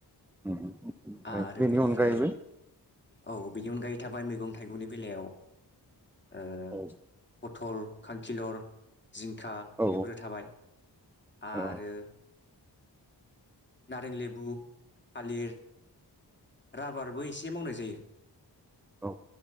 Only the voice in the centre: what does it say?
उम ओमफ्राय
बेनि
अनगायैबो
औ
औ
औ
औ